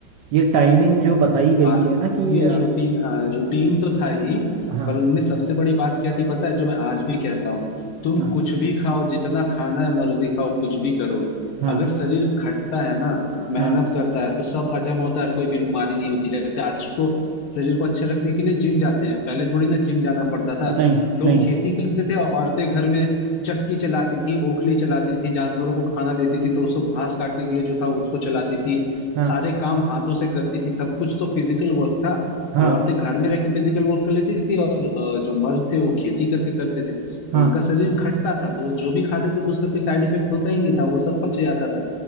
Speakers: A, on the right; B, on the left.
A: ये टाइमिंग जो बताई गई
B: हाँ
A: है ना कि
B: ये
A: अ,
B: रूटीन हाँ रूटीन तो था ही
A: हाँ
B: पर उनमें सबसे बड़ी बात क्या थी पता है जो मैं आज भी कहता हूँ तुम
A: हाँ
B: कुछ भी खाओ जितना खाना है मर्जी खाओ कुछ भी करो
A: हाँ
B: अगर शरीर खटता है ना मेहनत
A: हाँ
B: करता है तो सब हजम होता है और कोई बीमारी नहीं होती जैसे आज तो शरीर को अच्छा रखने के लिए जिम जाते हैं पहले थोड़ी ना जिम जाना पड़ता था
A: नहीं
B: लोग
A: नहीं
B: खेती करते थे और औरतें घर में चक्की चलाती थी ओखली चलाती थी जानवरों को खाना देती थी तो उसको घास काटने के लिए जो था उसको चलाती थी
A: हाँ
B: सारे काम हाथों से करती थी सब कुछ तो फिजिकल वर्क था
A: हाँ
B: वो औरतें घर में रह के फिजिकल वर्क कर लेती थी और अ, जो मर्द थे वो खेती करके करते थे तो
A: हाँ
B: उनका शरीर खटता था तो वो जो भी खाते थे तो उसका कोई साइड इफेक्ट होता ही नहीं था वो सब पच जाता था